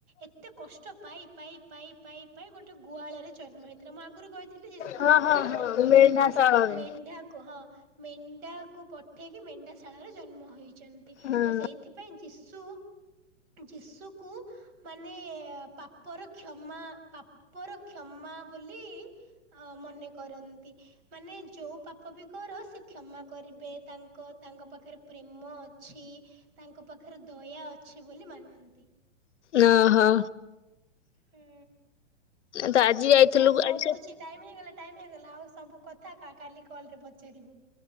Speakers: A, on the right (about 30°); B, on the left (about 70°).
A: ଏତେ କଷ୍ଟ ପାଇ ପାଇ ପାଇ ପାଇ ଗୋଟେ ଗୁହାଳରେ ଜନ୍ମ ହେଇଥିଲା ମୁଁ ଆଗରୁ କହିି ଥିଲି ଯେ ସେ ଗୋଟେ
B: ହଁ
A: ଗୁଆଳରେ
B: ହଁ ହଁ
A: ଜନ୍ମ ହେଇଛନ୍ତି
B: ମେଣ୍ଢା ଶାଳରେ।
A: ମେଣ୍ଢା ହଁ ମେଣ୍ଢା କୁ ପଠେଇକି ମେଣ୍ଢା ଶାଳାରେ ଜନ୍ମ ହେଇଛନ୍ତି
B: ହଁ
A: ଆଉ ସେଇ ସେଥିପାଇଁ ଯୀଶୁ ଯିଶୁକୁ ମାନେ ପାପ ପାପର କ୍ଷମା ପାପର କ୍ଷମା ବୋଲି ମନେ କରନ୍ତି ମାନେ ଯୋଉ ପାପ ବି କର ସେ କ୍ଷମା କରିବେ ତାଙ୍କ ତାଙ୍କ ପାଖରେ ପ୍ରେମ ଅଛି ତାଙ୍କ ପାଖରେ ଦୟା ଅଛି ବୋଲି ମାନନ୍ତି।
B: ନା ହୋ।
A: ହୁଁ
B: ତ ଆଜି ଯାଇଥିଲୁ
A: ହଉ ମୁଁ
B: ଆଜି
A: ରଖୁଛି। ଟାଇମ୍ ହେଇଗଲା ଟାଇମ୍ ହେଇଗଲା ଆଉ ସବୁ କଥା କା କାଲି କଲରେ ପଚାରିବୁ।